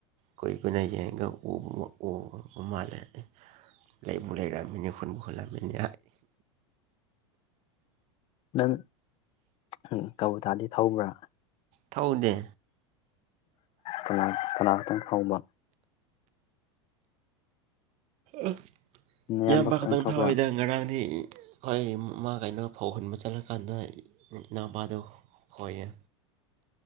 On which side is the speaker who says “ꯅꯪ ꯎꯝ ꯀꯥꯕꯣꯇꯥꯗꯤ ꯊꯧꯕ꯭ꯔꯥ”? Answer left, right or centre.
Left